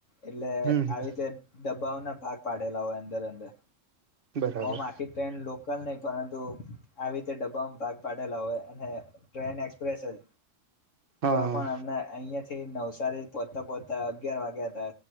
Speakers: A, on the left; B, on the right.
A: એટલે આવી
B: હમ હમ
A: રીતે ડબ્બાઓના ભાગ પાડેલા હોય અંદર અંદર
B: બરાબર
A: આમે આખી ટ્રેન લોક કલ ની પરંતુ આવી રીતે ડબ્બામાં ભાગ પાડેલા હોય અને ટ્રેન એક્સપ્રેસ જ
B: હા
A: તો
B: હા
A: પણ અમને અહિયાં થી નવસારી પોચતા પોચતા અગિયાર વાગ્યા